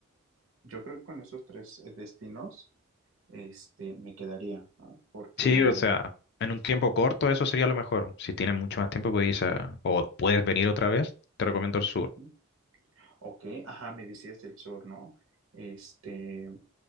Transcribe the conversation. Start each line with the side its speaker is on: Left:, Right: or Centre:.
Right: yo creo que con esos tres eh, destinos, este, me quedaría, ¿no? Porque,
Left: Sí, o sea, en un tiempo corto eso sería lo mejor. Si tienes mucho más tiempo, puedes, ir a- o puedes venir otra vez, te recomiendo el sur.
Right: ujú, ok, ajá, me decías del sur, ¿no? Este,